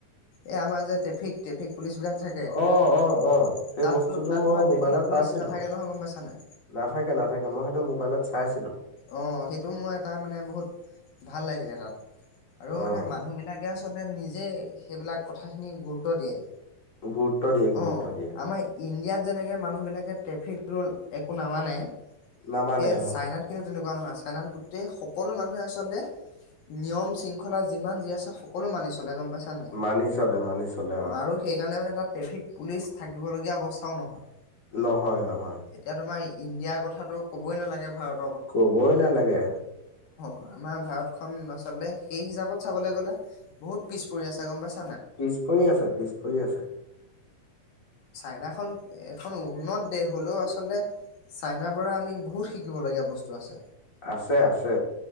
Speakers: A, on the left; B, on the left.
A: এই আমাৰ যে ট্ৰেফিক ট্ৰেফিক পুলিচ বিলাক থাকে
B: অ',
A: তাতো
B: অ', অ', সেই বস্তুটো
A: তাত
B: মই
A: তোমাৰ
B: মোবাইলত
A: ট্ৰেফিক পুলিচ।
B: পাইছিলো।
A: নাথাকে নহয় গম পাইছ নে নেই।
B: নাথাকে নাথাকে মই সিটো মোবাইলত চাইছিলোঁ।
A: অ সেইটো মোৰ এটা মানে বহুত ভাল লাগিলে তাত। আৰু
B: অ',
A: মানে মানুহ বিলাকে আচলতে নিজে সেইবিলাক কথা খিনি গুৰুত্ব দিয়ে।
B: গুৰুত্ব দিয়ে গুৰুত্ব
A: অ
B: দিয়ে।
A: আমাৰ <unintelligible> যেনেকে মানুহবিলাকে ট্ৰেফিক ৰুল একো নামানে।
B: নামানে
A: সেই
B: অ।
A: চাইনাত কিন্তু তেনেকুৱা নহয় চাইনাত গোটেই সকলো মানুহে আচলতে। নিয়ম শৃংখলা যিমান যি আছে সকলো মানিছোঁ। চলে গম পাইছা নে নাই
B: মানি চলে মানি চলে
A: অ আৰু সেইকাৰণে মানে তাত। ট্ৰেফিক পুলিচ থাকিবলগীয়া অৱস্থাও নহয়।
B: নহয়-নহয়,
A: এতিয়া তোমাৰ ইণ্ডিয়াৰ কথাটো ক'বই নালাগে ভাৰত,
B: ক'বই নালাগে।
A: আমাৰ ভাৰতখনন আচলতে সেই হিচাপত চাবলৈ গ'লে বহুত পিছ পৰি আছে গম পাই,
B: পিছ পৰি আছে পিছ পৰি আছে। <inaudible>
A: চাইনাখন এখন উন্নত দেশ হলেও আচলতে চাইনাৰ পৰা আমি বহুত শিকিব লগীয়া বস্তু। আছে।
B: আছে আছে।